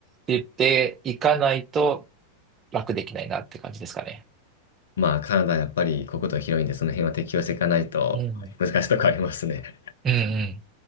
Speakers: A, on the right (about 25°); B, on the left (about 65°).
A: ていかないと、楽できないなって感じですかね。
B: まあカナダやっぱり国土広いんで、その辺は適応していかないと難しいとこありますね。
A: うん。うんうん。